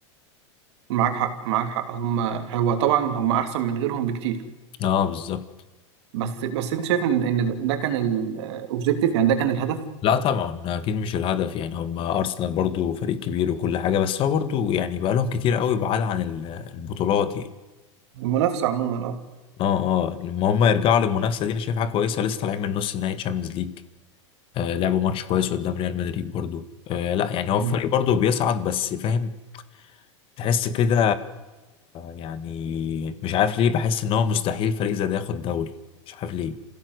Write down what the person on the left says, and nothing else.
اه بالظبط
لا طبعا اكيد مش الهدف يعني هم ارسنال برضو فريق كبير وكل حاجه بس هو برضو يعني بقى لهم كتير قوي بعاد عن ال- البطولات يعني
اه اه لما هم يرجعوا للمنافسه دي انا شايفها كويسه لسه طالعين من نص نهائي تشامبيونز ليج آه لعبوا ماتش كويس قدام ريال مدريد برضو آه لا يعني هو الفريق
برضو بيصعد بس فاهم تحس كده يعني مش عارف ليه بحس ان هو مستحيل فريق زي ده ياخد دوري مش عارف ليه